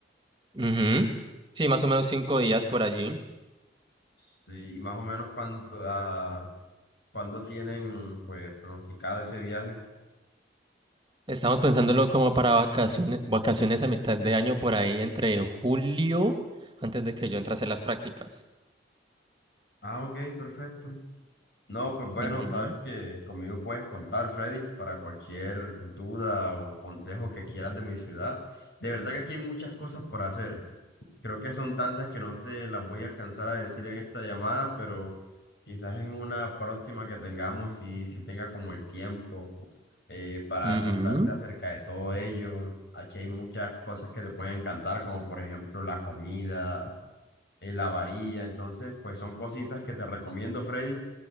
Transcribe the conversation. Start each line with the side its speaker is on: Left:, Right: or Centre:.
Right: Ujú. Sí, más o menos cinco días por allí.
Left: Sí, y más o menos cuándo, ah, cuándo tienen pues pronosticado ese viaje.
Right: Estamos pensándolo como para vacaciones, vacaciones a mitad de año, por ahí entre julio, antes de que yo entrase a hacer las prácticas.
Left: Ah, ok, perfecto. No, pues bueno,
Right: Ujú.
Left: sabes que conmigo puedes contar, Freddy, para cualquier duda o consejo que quieras de mi ciudad. De verdad que aquí hay muchas cosas por hacer. Creo que son tantas que no te las voy a alcanzar a decir en esta llamada, pero quizás en una próxima que tengamos, si, si tenga como el tiempo eh, para
Right: Ujú.
Left: contarte acerca de todo ello. Aquí hay muchas cosas que te pueden encantar, como por ejemplo la comida, eh, la bahía. Entonces, pues son cositas que te recomiendo, Freddy,